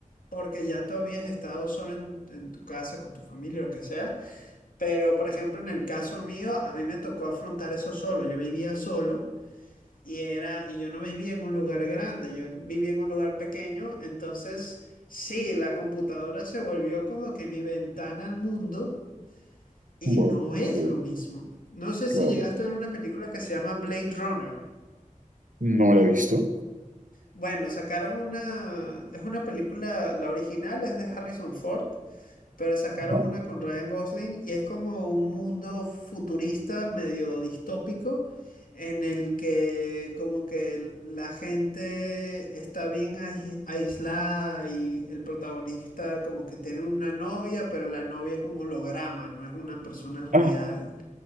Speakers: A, on the left; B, on the right.
A: porque ya tú habías estado solo en, en tu casa, con tu familia, lo que sea. Pero, por ejemplo, en el caso mío, a mí me tocó afrontar eso solo. Yo vivía solo y era, y yo no vivía en un lugar grande, yo vivía en un lugar pequeño. Entonces, sí, la computadora se volvió como que mi ventana al mundo y
B: Bueno,
A: no es
B: sí,
A: lo mismo. No sé si
B: claro.
A: llegaste a ver una película que se llama Blade Runner.
B: No la he visto.
A: Bueno, sacaron una, es una película, la original es de Harrison Ford pero sacaron
B: No.
A: una con Ryan Gosling y es como un mundo futurista medio distópico en el que como que la gente está bien ais- aislada y el protagonista como que tiene una novia, pero la novia es un holograma, no es una persona real.
B: Ah,